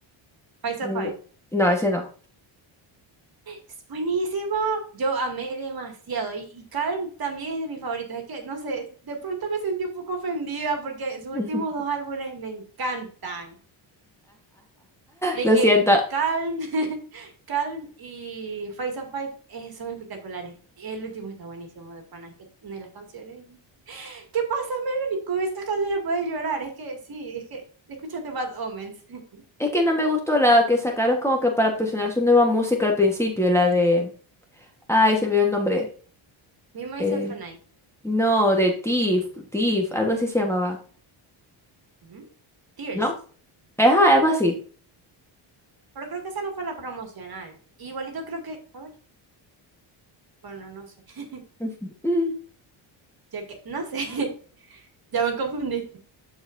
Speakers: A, on the right (about 45°); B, in the centre.
A: Five
B: Y-
A: of Five.
B: No, ese no.
A: Es buenísimo. Yo amé demasiado. Y, y Calm también es de mis favoritos. Es que, no sé, de pronto me sentí un poco ofendida porque
B: <laughs>
A: sus últimos dos álbumes me encantan. De
B: Lo
A: que
B: siento.
A: Calm, <laughs> Calm y Five of Five eh, son espectaculares. Y el último está buenísimo de pana. Es que de las canciones. ¿Qué pasa, Melanie? Con estas canciones puedes llorar. Es que sí, es que escúchate Bad Omens. <laughs>
B: Es que no me gustó la que sacaron como que para presionar su nueva música al principio, la de... Ay, se me dio el nombre.
A: Me, Myself
B: Eh,
A: and I.
B: no, de Tiff, Tiff, algo así se llamaba,
A: Ujú. Tears.
B: ¿no? Ajá, algo así.
A: Pero creo que esa no fue la promocional. Igualito creo que. A ver. Bueno, no sé. <laughs>
B: <laughs>
A: Ya que. No sé. <laughs> Ya me confundiste.